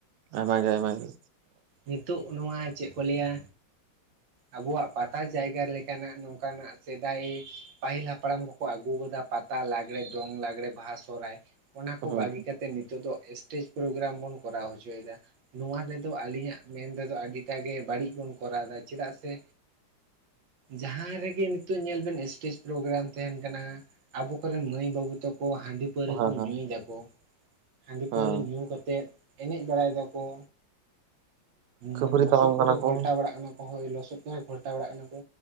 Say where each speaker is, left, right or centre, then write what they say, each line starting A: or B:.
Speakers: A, on the right; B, on the right.
A: ᱟᱭᱢᱟ ᱜᱮ ᱟᱭᱢᱟ ᱜᱮ
B: ᱱᱤᱛᱚᱜ ᱱᱚᱣᱟ ᱪᱮᱫ ᱠᱚ ᱞᱟᱹᱭᱟ ᱟᱵᱚᱣᱟᱜ ᱯᱟᱛᱟ ᱡᱟᱭᱜᱟ ᱞᱮᱠᱟᱱᱟᱜ ᱱᱚᱝᱠᱟᱱᱟᱜ ᱥᱮᱫᱟᱭ ᱯᱟᱹᱦᱤᱞ ᱦᱟᱯᱲᱟᱢ ᱠᱚ ᱟᱹᱜᱩ ᱠᱟᱫᱟ ᱯᱟᱛᱟ ᱞᱟᱜᱽᱲᱮ ᱫᱚᱝ ᱞᱟᱜᱽᱲᱮ ᱵᱟᱦᱟ ᱥᱚᱦᱦᱟᱭ ᱚᱱᱟ ᱠᱚ
A: ᱦᱩᱸ
B: ᱵᱟᱹᱜᱤ ᱠᱟ ᱠᱟᱛᱮᱤᱛᱚᱜ ᱱᱤᱛᱚᱜ ᱫᱚ ᱥᱴᱮᱮᱡ ᱯᱨᱳᱜᱨᱟᱢ ᱵᱚᱱ ᱠᱚᱨᱟᱣ ᱦᱚᱪᱚᱭᱮᱫᱟ ᱱᱚᱣᱟ ᱨᱮᱫᱚ ᱟᱹᱞᱤᱧᱟᱜ ᱢᱮᱱ ᱛᱮᱫᱚ ᱟᱹᱰᱤᱴᱟᱜᱮ ᱵᱟᱹᱲᱤᱡ ᱵᱚᱱ ᱠᱚᱨᱟᱣᱫᱟ ᱪᱮᱫᱟᱜ ᱥᱮ ᱡᱟᱦᱟᱸ ᱨᱮᱜᱮ ᱱᱤᱛᱚᱜ ᱧᱮᱞ ᱵᱮᱱ ᱥᱥᱴᱮᱡᱽ ᱯᱨᱳᱜᱨᱟᱢ ᱛᱟᱦᱮᱱ ᱠᱟᱱᱟ ᱟᱵᱚ ᱠᱚᱨᱮᱱ ᱢᱟᱹᱭ ᱵᱟᱹᱵᱩ ᱛᱟᱠᱚ ᱦᱟᱺᱰᱤ ᱦᱟᱺ ᱯ ᱯᱟᱟᱹᱣᱨᱟᱹ
A: ᱦᱮᱸ
B: ᱠᱚ
A: ᱦᱮᱸ
B: ᱧᱩᱭᱮᱫᱫᱟᱠᱚ ᱦᱟᱺᱰᱤ
A: ᱦᱮᱸ
B: ᱯᱟᱹᱣᱨᱟᱹ ᱧᱩ ᱠᱟᱛᱮᱫ ᱮᱱᱮᱡ ᱵᱟᱲᱟᱭ ᱫᱟᱠᱚ,
A: ᱠᱷᱟᱹᱯᱟᱹᱨᱤ
B: ᱢᱟᱱᱮ ᱞᱚᱥᱚᱫ
A: ᱛᱟᱯᱟᱢ
B: ᱠᱚᱨᱮ
A: ᱠᱟᱱᱟ ᱠᱚ
B: ᱜᱷᱚᱞᱴᱟᱣ ᱵᱟᱲᱟᱜ ᱠᱟᱱᱟ ᱦᱚᱭ ᱞᱚᱥᱚᱫ ᱠᱚᱨᱮ ᱜᱷᱚᱞᱴᱟᱣ ᱵᱟᱲᱟᱜ ᱠᱟᱱᱟ ᱠᱚ